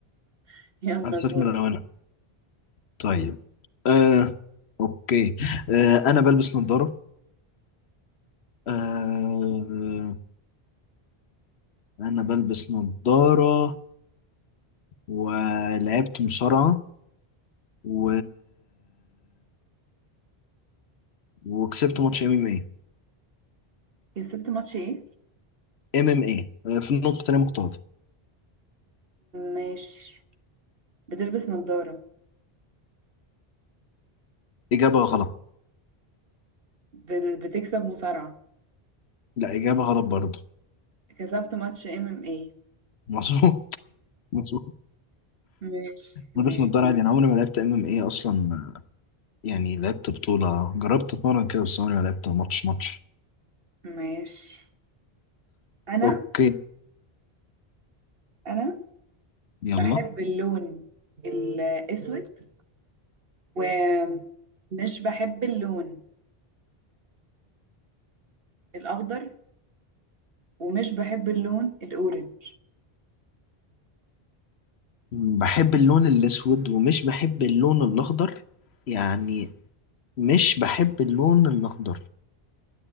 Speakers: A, on the right (about 65°); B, on the left (about 85°).
A: <laughs> يلا
B: عدسات
A: دور
B: ملونه طيب آه، اوكي آه، انا بلبس نضاره آه، انا بلبس نضاره ولعبت مصارعه و... وكسبت ماتش ام ام اي
A: كسبت ماتش ايه
B: ام ام اي في النقطه تانية مختلطه
A: ماشي بتلبس نظارة
B: اجابه غلط
A: بال- بتكسب مصارعة
B: لا اجابه غلط برضه
A: كسبت ماتش ام ام ايه
B: مظبوط مظبوط <laughs>
A: ماشي
B: بلبس
A: ماشي
B: نضاره عادي انا عمري ما لعبت ام ام اي اصلا يعني لعبت بطولة جربت اتمرن كده بس عمري ما لعبت ماتش ماتش
A: ماشي انا
B: اوكي
A: انا بحب
B: يلا
A: اللون الأسود ومش بحب اللون الأخضر ومش بحب اللون الأورنج
B: بحب اللون الاسود ومش بحب اللون الاخضر يعني مش بحب اللون الاخضر